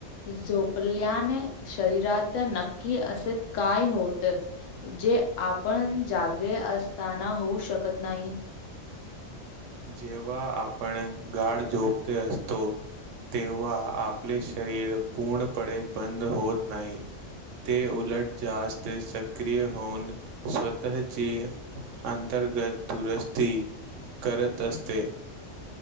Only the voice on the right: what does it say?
जेव्हा आपण गाड झोपते असतो तेव्हा आपले शरीर पूर्णपणे बंद होत नाही ते उलट जास्त सक्रिय होऊन स्वतःची अंतर गत दुरुस्ती करत असते